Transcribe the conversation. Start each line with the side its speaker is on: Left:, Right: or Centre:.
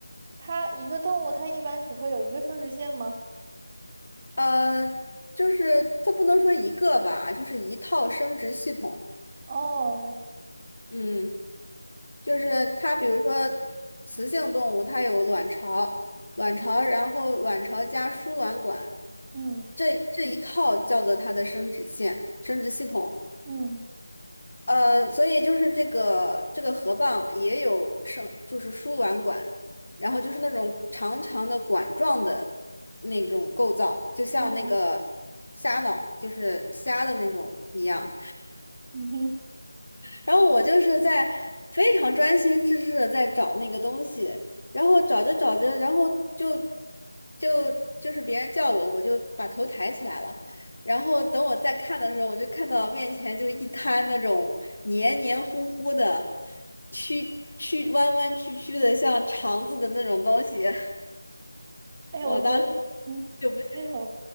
Right: 它一个动物它一般只会有一个生殖腺吗？
Left: 呃，就是它不能说一个吧，就是一套生殖系统。
Right: 哦，
Left: 嗯，就是它，比如说雌性动物，它有卵巢，卵巢，然后卵巢加输卵管，
Right: 嗯
Left: 这这一套叫做它的生殖腺、生殖系统。
Right: 嗯
Left: 呃，所以就是这个这个河蚌也有生，就是输卵管，然后就是那种长长的管状的那种构造，就像那个
Right: 嗯
Left: 虾脑，就是虾的那种一样。
Right: 嗯哼，
Left: 然后我就是在非常专心致志的在找那个东西，然后找着找着，然后就就就是别人叫我，我就把头抬起来了。然后等我再看的时候，我就看到面前就一滩那种黏黏糊糊的、曲曲弯弯曲曲的，像肠子的那种东西。<laughs>
Right: <laughs> 哎，
Left: 我当时。
Right: 我觉得，嗯，
Left: 就不。
Right: 这种